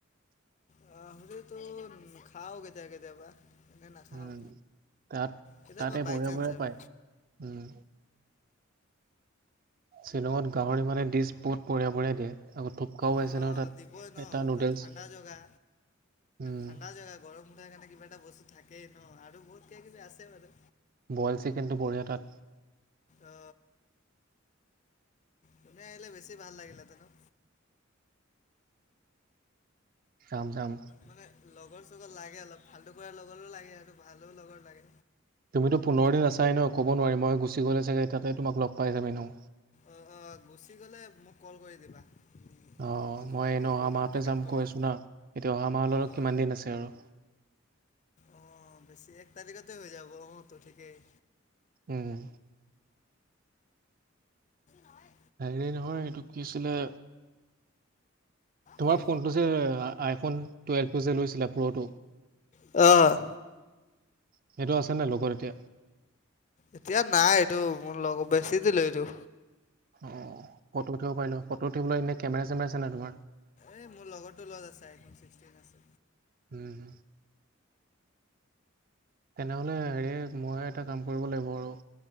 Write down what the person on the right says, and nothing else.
উম তাত
তাতে
বঢ়িয়া
বঢ়িয়া
পায় উম শ্বিলঙত গাহৰি মানে ডিছ বহুত বঢ়িয়া বঢ়িয়া দিয়ে আকৌ থোপকাও পাইছে
ন তাত
এটা নুডেলছ
উম
বইল চিকেনটো বঢ়িয়া তাত
যাম যাম
তুমিতো পোন্ধৰ দিন আছাই ন ক'ব নোৱাৰি মই গুচি গ'লে চাগে তাতে তোমাক লগ পাই যাম এনেও
অ
মই এনেও
অহা
মাহতে
যাম
কৈ
আছোঁ না এতিয়া অহা মাহৰলৈ
কিমান দিন আছে আৰু
উম
হেৰি নহয় এইটো কি আছিলে তোমাৰ
ফোনটো যে আইফোন টুৱেল্ভটো যে লৈছিলা প্ৰ'টো
সেইটো আছে নাই লগত এতিয়া
অ ফটো উঠিব পাৰিলো হয় ফটো উঠিবলৈ এনেই কেমেৰা চেমেৰা আছে নাই তোমাৰ
উম তেনেহ'লে হেৰি মই এটা কাম কৰিব লাগিব আৰু